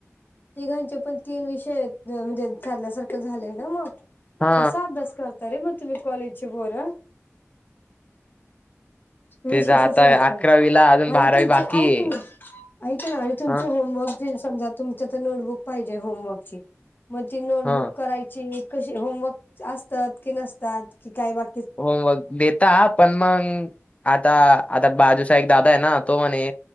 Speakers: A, on the left; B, on the left.
A: तिघांचे पणं तीनं विषय म्हणजे ठरल्यांसारखं झाले नां मगं.
B: हा
A: कसां अभ्यास करतं रे मं तुम्हीं कॉलेजे ची पोरं. विशेषचं
B: ते तर आता
A: वाटतं
B: अकरावीला अजून
A: आणि
B: बारावी
A: तुमचे
B: बाकी
A: ऐक
B: आहे.
A: नां ऐक नां आणि तुमचं
B: हा
A: होमवर्क, समजां तुमच्यां तरं नोटबुंक पाहिजे होमवर्कची मंग ती नोटबुक
B: हा
A: करांयची. कशी होमवर्क असतांत की नसतांत की कायं बा
B: होमवर्क देतां पणं मंग आंता आंता बाजूंचा एक दादा आहे नां तो म्हणे